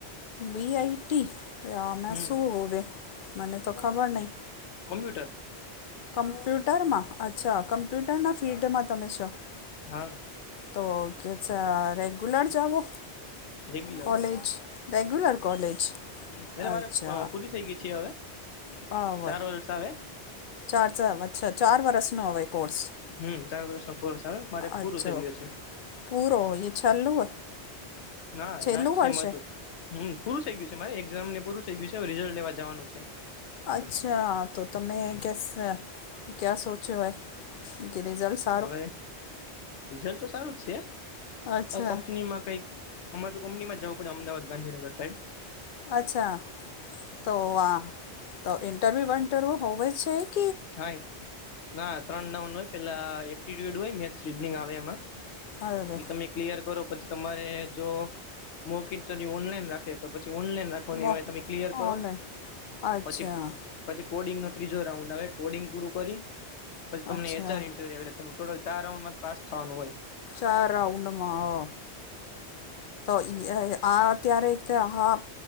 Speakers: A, on the left; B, on the left.
A: બીઆઈટી અમે
B: હમ
A: શું હોવે મને તો ખબર નઈ
B: કોમપ્યુટર
A: કમ્પ્યુટરમાં અચ્છા કમ્પ્યુટરના ફિલ્ડમાં તમે છો
B: હા
A: તો કે છે રેગુલર જાવો
B: રેગ્યુલર
A: કોલેજ? રેગ્યુલર કોલેજ
B: હું એટલે
A: અચ્છા
B: મારે અ પૂરી થઇ ગઈ છે હવે
A: હવે
B: ચાર વર્ષ આવે
A: ચાર ચ અચ્છા ચાર વરસનો હવે કોર્સ
B: હમ્મ ચાર વર્ષનો કોર્સ આવે મારે પૂરો
A: અચ્છા
B: થઇ ગયો છે.
A: પૂરો ઇ છેલુ એ
B: ના
A: છેલ્લું
B: લાસ્ટ
A: વર્ષ
B: સેમ અતું હમ્મ પૂરું થઇ ગયું છે મારે એક્ઝામ ને પૂરું થઇ ગયું છે અવે રિઝલ્ટ લેવા જાવાનું છે.
A: અચ્છા તો તમે કેસ ક્યા સોચ્યો એ કે રિઝલ્ટસ
B: અવે રિઝલ્ટ તો સારું જ છે
A: અચ્છા
B: અ કંપનીમાં કંઈક અમા તો કંપનીમાં જાવું પડે અમદાવાદ ગાંધીનગર સાઈડ
A: અચ્છા તો આ તો ઇન્ટરવ્યૂ બન્ટરવ્યૂ હોવે છે ઈ
B: હાઇ ના ત્રણ નવનો હોય પેલા એપ્ટિટ્યુડ હોય મેથ્સ રીજનિંગ આવે એમાં
A: હવે
B: એ તમે ક્લિયર કરો પછી તમારે જો મોક ઇન્ટરવ્યૂ ઓનલાઈન રાખે ખે તો પછી ઓનલાઈન રાખવાની
A: મો
B: એમાંય તમે ક્લિયર
A: ઓનલાઈન
B: કરો
A: અચ્છા
B: પછી પછી કોડિંગ નો ત્રીજો રાઉન્ડ આવે કોડિંગ પૂરું કરી પછી તમને
A: અચ્છા
B: એચઆર ઇન્ટર આવે એટલે તમે ટોટલ ચાર રાઉન્ડમાંથી પાસ થાવાનું હોય
A: ચાર રાઉન્ડમાં અ તો ઇ અ આ અત્યારે એક તે હા